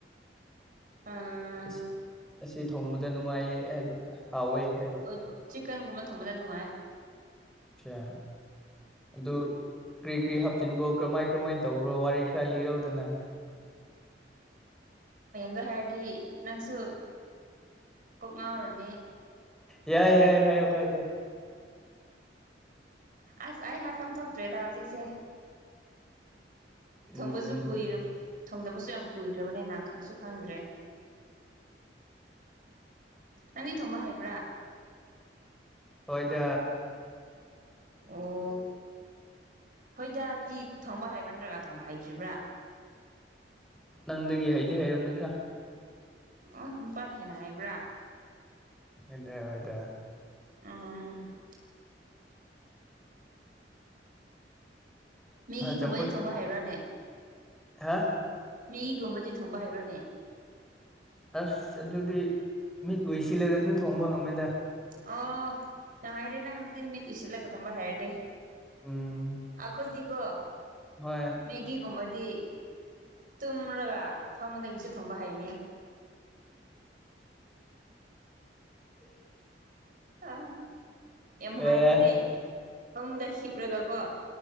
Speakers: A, on the right; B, in the centre.
A: ꯑ
B: ꯑꯁ ꯑꯁꯤ ꯊꯣꯡꯕꯗ ꯅꯨꯡꯉꯥꯏꯌꯦ ꯍꯥꯏꯕ ꯍꯥꯎꯋꯦ ꯍꯥꯏꯕ
A: ꯑꯣ ꯆꯤꯛꯟꯒꯨꯝꯃ ꯊꯣꯡꯕ ꯊꯅꯅꯨꯡ
B: ꯑꯆꯥ ꯑꯗꯨ ꯀꯔꯤ ꯀ꯭ꯔꯤ ꯍꯥꯞꯆꯤꯟꯕꯣ ꯀꯔꯝꯃꯥꯏ ꯀꯔꯝꯃꯥꯏꯅ ꯇꯔꯣ ꯋꯥꯔꯤ ꯈꯔ ꯂꯤꯔꯧꯗꯅ
A: ꯍꯥꯏꯦꯗꯤ ꯅꯪꯁꯨ ꯀꯣꯛ ꯉꯥꯎꯔꯅꯤ
B: ꯌꯥꯏ ꯌꯥꯏ ꯍꯥꯏꯌꯣ ꯀꯥꯏꯗꯦ
A: ꯑꯁ ꯑꯩ ꯍꯥꯏꯐꯝ ꯊꯣꯛꯇ꯭ꯔꯦꯗ ꯍꯧꯖꯤꯛꯁꯦ
B: ꯎꯝ
A: ꯊꯣꯡꯕꯁꯨꯏ ꯊꯣꯡꯗꯕꯁꯨ ꯌꯥꯝ ꯀꯨꯏꯈ꯭ꯔꯕꯅꯤꯅ ꯈꯪꯁꯨ ꯈꯪꯗ꯭ꯔꯦ ꯅꯪꯒꯤ ꯊꯣꯝꯕ ꯍꯥꯏꯕ꯭ꯔꯥ
B: ꯍꯣꯏꯗ
A: ꯑꯣ ꯍꯣꯏꯗꯕꯤ ꯊꯣꯡꯕ ꯍꯥꯏꯕ꯭ꯔꯥ ꯅꯠꯇ꯭ꯔꯒ ꯊꯣꯡ ꯍꯥꯏꯗ꯭ꯔꯤꯕ꯭ꯔꯥ
B: ꯅꯪꯗꯒꯤ ꯍꯩꯗꯤ ꯍꯩꯔꯝꯅꯤ ꯈꯔ
A: ꯎ ꯅꯨꯄꯥꯅ ꯍꯦꯟꯅ ꯍꯥꯏꯕ꯭ꯔꯥ
B: ꯍꯗ ꯍꯗ
A: ꯎꯝ ꯃꯦꯒꯤꯒꯨꯝꯕꯁꯦ
B: ꯆꯝꯐꯨꯠ
A: ꯊꯣꯡꯕ ꯍꯩꯕ꯭ꯔꯥꯅꯦ
B: ꯍꯥ
A: ꯃꯤꯒꯨꯝꯕꯗꯤ ꯊꯨꯡꯕ ꯍꯩꯕ꯭ꯔꯥꯅꯦ
B: ꯑꯁ ꯑꯗꯨꯗꯤ ꯃꯤꯠ ꯎꯁꯤꯜꯂꯒ ꯑꯗꯨꯝ ꯊꯣꯡꯕ ꯉꯝꯃꯦꯗ
A: ꯑꯣ ꯅ ꯍꯥꯏꯔꯦ ꯅꯪ ꯑꯗꯨꯗꯤ ꯃꯤꯠꯇꯨꯁꯤꯠꯂꯒꯗꯪꯕ ꯍꯥꯏꯔꯗꯤ
B: ꯎꯝ
A: ꯑꯩꯈꯣꯏꯗꯤꯀꯣ
B: ꯍꯣꯏ
A: ꯃꯦꯒꯤꯒꯨꯝꯕꯗꯤ ꯗꯤ ꯇꯨꯝꯃ꯭ꯔꯒ ꯃ ꯐꯉꯣꯟꯗꯒꯤꯁꯨ ꯊꯣꯡꯕ ꯍꯥꯏꯅꯤ ꯑ ꯌꯥꯝ
B: ꯑꯦ
A: ꯍꯥꯏꯕꯗꯤ ꯐꯃꯨꯡꯗ ꯍꯤꯞꯂꯒꯀꯣ